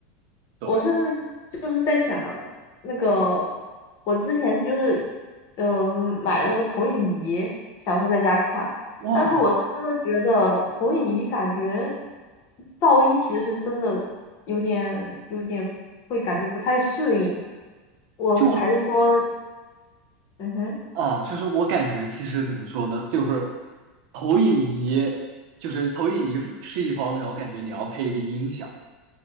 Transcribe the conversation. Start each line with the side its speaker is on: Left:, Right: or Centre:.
Right: <laughs> 对，
Left: 我甚至就是在想，那个我之前是就是，嗯、买了个投影仪，想说在家看，
Right: 哇，
Left: 但是我是真的觉得投影仪感觉噪音其实是真的有点有点会感觉不太适应，我还是说，
Right: 就我
Left: 嗯哼，
Right: 啊，就是我感觉其实怎么说呢，就是投影仪，就是投影仪是一方面，我感觉你要配一个音响，